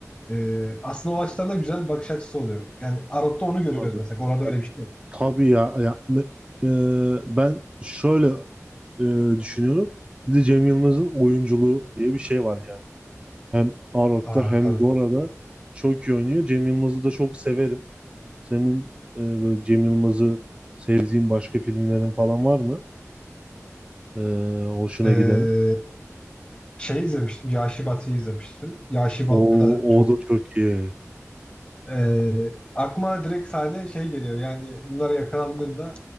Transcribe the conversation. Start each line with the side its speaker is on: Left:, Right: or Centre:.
Left: Ee, aslında o açıdan da güzel bir bakış açısı oluyor. Yani Arok'ta onu görüyoruz
Right: Tabii,
Left: mesela. Gora'da
Right: tabii
Left: öyle bir şey yok.
Right: Tabii ya, ya me- e, ben şöyle e, düşünüyorum. Bir de Cem Yılmaz'ın oyunculuğu diye bir şey var yani. Hem Arok'ta
Left: Aa
Right: hem
Left: tabii.
Right: Gora'da çok iyi oynuyor. Cem Yılmaz'ı da çok severim. Senin e, böyle Cem Yılmaz'ı sevdiğin başka filmlerin falan var mı? E, hoşuna
Left: Ee,
Right: giden.
Left: şey izlemiştim. Yaşı izlemiştim. Yaşı da
Right: O,
Left: çok.
Right: o da çok iyi.
Left: Ee, aklıma direkt sahne şey geliyor. Yani bunlar yakalandığında